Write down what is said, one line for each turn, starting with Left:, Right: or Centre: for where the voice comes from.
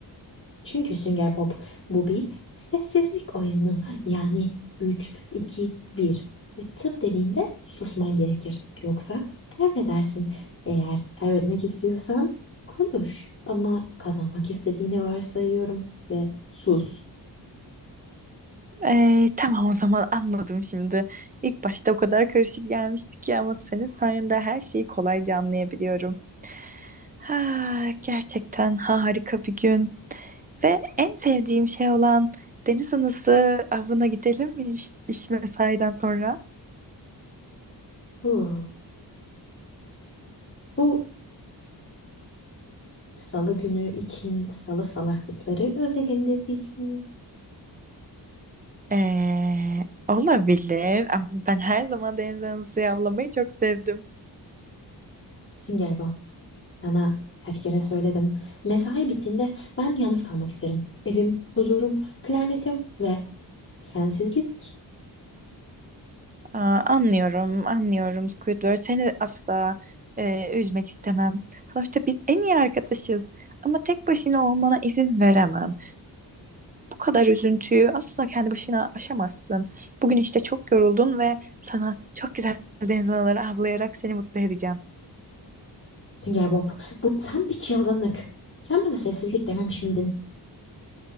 Left: Çünkü Sünger Bob bu bir sessizlik oyunu. Yani üç iki bir ve tıp dediğinde susman gerekir. Yoksa kaybedersin. Eğer kaybetmek istiyorsan konuş. Ama kazanmak istediğini varsayıyorum ve sus.
Right: Ee, tamam o zaman anladım şimdi. İlk başta o kadar karışık gelmişti ki ama senin sayende her şeyi kolayca anlayabiliyorum. Ha, gerçekten harika bir gün. Ve en sevdiğim şey olan deniz anası avına gidelim mi iş, iş mesaiden sonra?
Left: Huh. Bu salı günü için salı salaklıkları özelinde bir gün.
Right: Ee, olabilir ama ben her zaman deniz anası avlamayı çok sevdim.
Left: Sünger Bob Sana kaç kere söyledim. Mesai bittiğinde ben yalnız kalmak isterim. Evim, huzurum, klarnetim ve sensizlik.
Right: Aa, anlıyorum, anlıyorum Squidward. Seni asla e, üzmek istemem. Sonuçta biz en iyi arkadaşız. Ama tek başına olmana izin veremem. Bu kadar üzüntüyü asla kendi başına aşamazsın. Bugün işte çok yoruldun ve sana çok güzel <laughs> deniz anaları avlayarak seni mutlu edeceğim.
Left: Sünger Bob, bu tam bir çılgınlık. Sen bana sessizlik dememiş miydin?